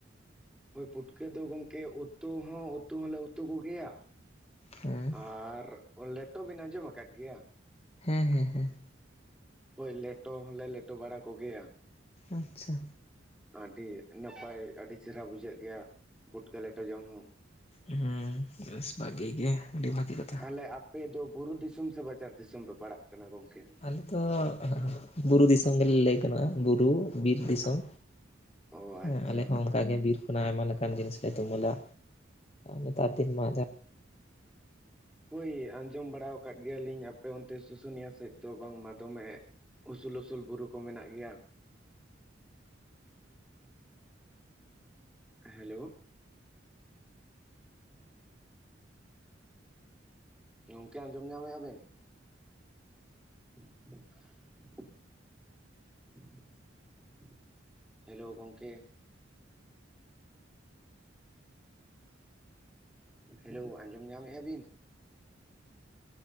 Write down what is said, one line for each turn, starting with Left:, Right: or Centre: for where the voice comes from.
Centre: ᱦᱳᱭ ᱯᱩᱴᱠᱟᱹ ᱫᱚ ᱜᱚᱝᱠᱮ ᱩᱛᱩ ᱦᱚᱸ ᱩᱛᱩ ᱦᱚᱸᱞᱮ ᱩᱛᱩ ᱠᱚᱜᱮᱭᱟ
Left: ᱦᱮᱸ
Centre: ᱟᱨ ᱞᱮᱴᱚ ᱵᱤᱱ ᱟᱸᱡᱚᱢ ᱟᱠᱟᱫ ᱜᱮᱭᱟ
Left: ᱦᱮᱸ ᱦᱮᱸ ᱦᱮᱸ
Centre: ᱦᱳᱭ ᱞᱮᱴᱚ ᱦᱚᱸᱞᱮ ᱞᱮᱴᱚ ᱵᱟᱲᱟ ᱠᱚᱜᱮᱭᱟ
Left: ᱟᱪᱪᱷᱟ
Centre: ᱟᱹᱰᱤ ᱱᱟᱯᱟᱭ ᱟᱹᱰᱤ ᱪᱮᱦᱨᱟ ᱵᱩᱡᱷᱟᱹᱜ ᱜᱮᱭᱟ ᱯᱩᱴᱠᱟᱹ ᱞᱮᱴᱚ ᱡᱚᱢ ᱦᱚᱸ
Left: ᱦᱮ ᱵᱮᱥ ᱵᱷᱟᱜᱤ ᱜᱮ ᱟᱹᱰᱤ ᱵᱷᱟᱜᱤ ᱠᱟᱛᱷᱟ
Centre: ᱛᱟᱦᱚᱞᱮ ᱟᱯᱮ ᱫᱚ ᱵᱩᱨᱩ ᱫᱤᱥᱚᱢ ᱥᱮ ᱵᱟᱡᱟᱨ ᱫᱤᱥᱚᱢ ᱯᱮ ᱯᱟᱲᱟᱜ ᱠᱟᱱᱟ ᱜᱚᱢᱠᱮ
Left: ᱟᱞᱮᱫᱚ ᱵᱩᱨᱩ ᱫᱤᱥᱚᱢ ᱜᱮᱞᱮ ᱞᱟᱹᱭ ᱠᱟᱱᱟ ᱵᱩᱨᱩ ᱵᱤᱨ ᱫᱤᱥᱚᱢ
Centre: ᱚ ᱟᱪᱪᱷᱟ
Left: ᱦᱮᱸ ᱟᱞᱮ ᱦᱚᱸ ᱚᱱᱠᱟᱜᱮ ᱵᱤᱨ ᱟᱭᱢᱟ ᱞᱮᱠᱟᱱ ᱡᱤᱱᱤᱥ ᱞᱮ ᱛᱩᱢᱟᱹᱞᱟ ᱱᱮᱛᱟᱨ ᱫᱤᱱ ᱢᱟ ᱡᱟᱼᱼ
Centre: ᱦᱳᱭ ᱟᱸᱡᱚᱢ ᱵᱟᱲᱟ ᱟᱠᱟᱫ ᱜᱮᱭᱟᱞᱤᱧ ᱟᱯᱮ ᱚᱱᱛᱮ ᱥᱩᱥᱩᱱᱤᱭᱟ ᱥᱮᱫ ᱫᱚ ᱵᱟᱝᱢᱟ ᱫᱚᱢᱮ ᱩᱥᱩᱞ ᱩᱥᱩᱞ ᱵᱩᱨᱩ ᱠᱚ ᱢᱮᱱᱟᱜ ᱜᱮᱭᱟ ᱦᱮᱞᱳ ᱜᱚᱢᱠᱮ ᱟᱸᱡᱚᱢ ᱧᱟᱢᱮᱼᱟ ᱵᱮᱱ <unintelligible> ᱦᱮᱞᱳ ᱜᱚᱢᱠᱮ ᱦᱮᱞᱳ ᱟᱸᱡᱚᱢ ᱧᱟᱢᱮᱼᱟ ᱵᱤᱱ